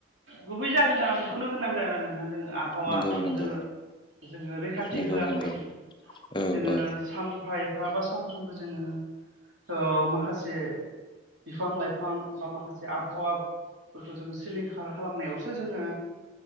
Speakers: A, on the right (about 80°); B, on the left (about 25°).
A: गुबै जाहोना बेखौनो होननांगोन आरो नों थां जोङो आबहावाफोरखौ
B: नंगौ नंगौ
A: जोङो जोङो रैखाथि
B: नंगौ
A: होआखै।
B: नंगौ औ
A: जोङो
B: औ
A: सानफा एफ फा बा सानफ्रोमबो जोङो ओ माखासे बिफां लाइफां बा माखासे आबहावाफोरखौ जोङो सिलिंखार खालामनायावसो जोङो